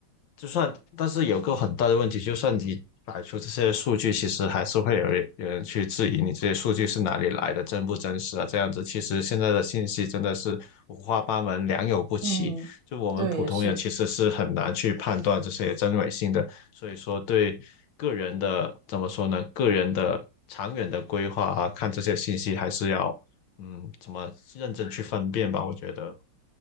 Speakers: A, on the left; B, on the right.
A: 就算但是有个很大的问题，就算你摆出这些数据，其实还是会有人有人去质疑你这些数据是哪里来的，真不真实啊？这样子，其实现在的信息真的是五花八门，良莠不齐。
B: 嗯。
A: 就我们普通人其实是很难去判断这些真伪性的，
B: 对，也是。
A: 所以说对个人的怎么说呢？个人的长远的规划啊，看这些信息还是要嗯，怎么认真去分辨吧？我觉得，